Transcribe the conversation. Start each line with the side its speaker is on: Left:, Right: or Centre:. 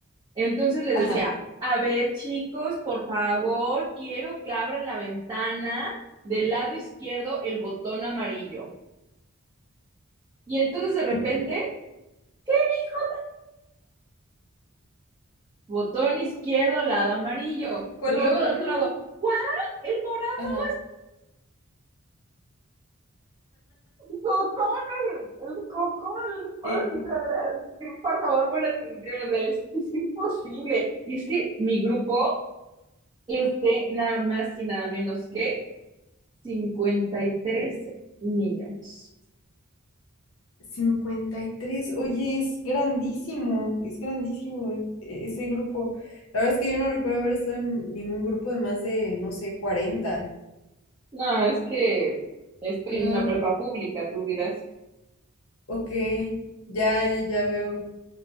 Right: Entonces les
Left: ajá.
Right: decía, a ver chicos, por favor, quiero que abran la ventana del lado izquierdo el botón amarillo. Y entonces de repente,
Left: ujú.
Right: hijo, botón izquierdo, lado amarillo.
Left: ¿Cuál
Right: Y luego
Left: botón?
Right: del otro lado, ¿cuál? El morado.
Left: Ajá.
Right: Cocón, el cocón, les puedo
Left: Y
Right: decir, eh, por favor, pon la atención, o sea, es que es imposible. Y es que mi grupo es de nada más y nada menos que 53 niños.
Left: cincuenta y tres oye, es grandísimo, es grandísimo el- e- ese grupo. La verdad es que yo no recuerdo haber estado en ningún grupo de más de, no sé, cuarenta
Right: No, es que estoy
Left: Ajá,
Right: en una prepa pública, tú dirás.
Left: ok, ya, ya, ya veo.